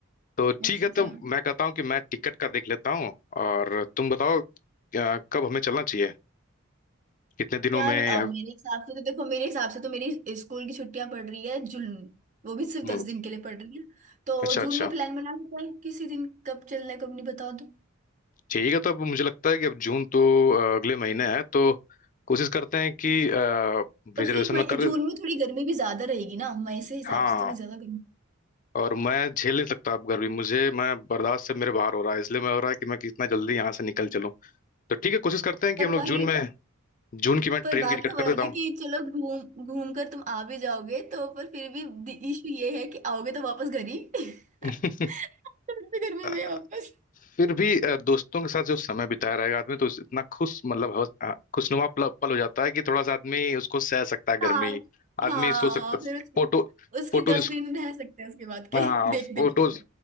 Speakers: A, on the left; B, on the right.
A: तो
B: अच्छा
A: ठीक है
B: अच्छा
A: तो मैं कहता हूँ कि मैं टिकट का देख लेता हूँ और तुम बताओ अ, कब हमें चलना चाहिए कितने दिनों
B: यार
A: में
B: अ,
A: या
B: मेरे हिसाब से तो देखो मेरे हिसाब से तो मेरी स्कूल की छुट्टियां पड़ रही है जून में वो भी सिर्फ
A: हम्म,
B: दस दिन के लिए पड़ रही है तो
A: अच्छा
B: जून
A: अच्छा
B: में प्लान बना लेते हैं किसी दिन कब चलना है कब नहीं बता दो
A: ठीक है तो अब मुझे लगता है कि अब जून तो अ, अगले महीने है तो कोशिश करते हैं कि रिजर्वेशन
B: और फिर मई
A: में कर
B: जून
A: दे
B: में थोड़ी गर्मी भी ज्यादा रहेगी ना मई से हिसाब
A: हाँ
B: से थोड़ी ज्यादा गर्मी
A: और मैं झेल नहीं सकता अब गर्मी मुझे मैं बर्दाश्त से मेरे बाहर हो रहा है इसलिए मैं हो रहा है कि मैं कितना जल्दी यहाँ से निकल चलूँ तो ठीक है कोशिश करते हैं कि
B: पर
A: हम लोग
B: वही
A: जून में जून की मैं
B: पर
A: ट्रेन
B: बात
A: की टिकट
B: तो
A: कर
B: वह
A: देता
B: है ना
A: हूँ
B: कि चलो घूम घूम कर तुम आ भी जाओगे तो पर फिर भी इशू ये है कि आओगे तो वापस घर ही <laughs> फिर
A: हम्म
B: भी गर्मी
A: <laughs>
B: में वापस
A: फिर भी अ, दोस्तों के साथ जो समय बिताया रहेगा आदमी तो उस- इतना खुश मतलब हो- अ, खुशनुमा पल, पल हो जाता है कि थोड़ा सा आदमी उसको सह सकता है
B: हाँ
A: गर्मी आदमी
B: हाँ
A: सो सकता
B: फिर उसके,
A: फोटो
B: उसके
A: फोटोज
B: दस दिन रह सकते हैं उसके बाद
A: हाँ
B: के <laughs> देख
A: फोटोज
B: देख के